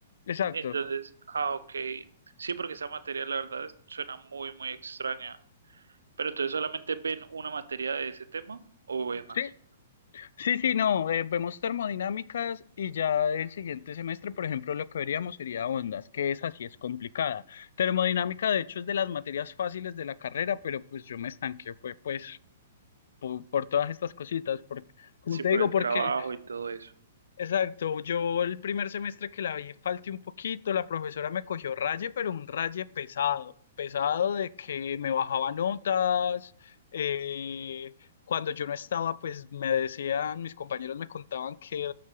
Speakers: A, on the left (about 65°); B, on the right (about 80°).
A: Exacto.
B: Entonces, ah, ok. Sí, porque esa materia la verdad es- suena muy, muy extraña. Pero entonces solamente ven una materia de ese tema o ven
A: Sí,
B: más.
A: Sí, sí, no, eh, vemos termodinámicas y ya el siguiente semestre, por ejemplo, lo que veríamos sería ondas, que esa sí es complicada. Termodinámica, de hecho, es de las materias fáciles de la carrera, pero pues yo me estanqué, fue pues po- por, todas estas cositas, por, como
B: Sí,
A: te
B: por
A: digo,
B: el
A: porque
B: trabajo y todo eso.
A: Exacto, yo el primer semestre que la vi falté un poquito, la profesora me cogió raye, pero un raye pesado, pesado de que me bajaba notas, eh, cuando yo no estaba, pues me decían, mis compañeros me contaban que,